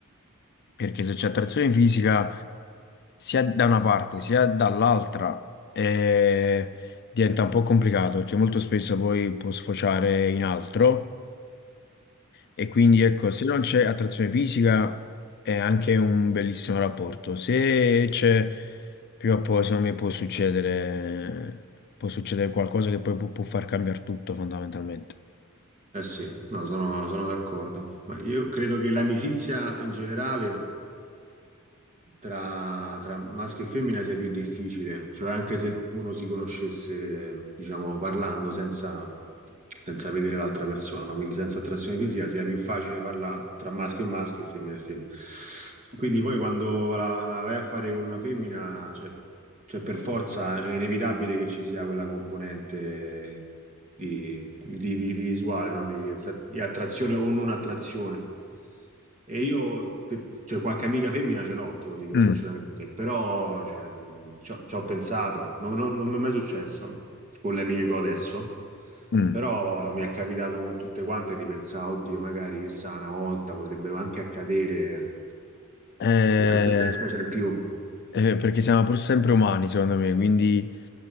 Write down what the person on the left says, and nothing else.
perché se c'è attrazione fisica sia da una parte sia dall'altra eh, diventa un po' complicato perché molto spesso poi può sfociare in altro e quindi ecco, se non c'è attrazione fisica è anche un bellissimo rapporto. Se c'è, prima o poi secondo me può succedere, può succedere qualcosa che poi può, può far cambiare tutto fondamentalmente.
Mm,
mm.
Eh,
eh, perché siamo pur sempre umani, secondo me, quindi...